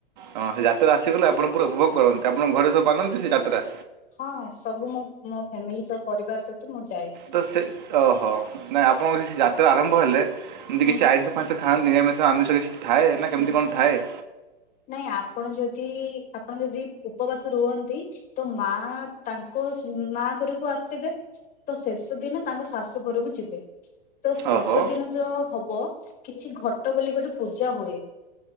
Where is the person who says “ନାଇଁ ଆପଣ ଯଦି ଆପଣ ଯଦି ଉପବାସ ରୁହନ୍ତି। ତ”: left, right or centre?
Left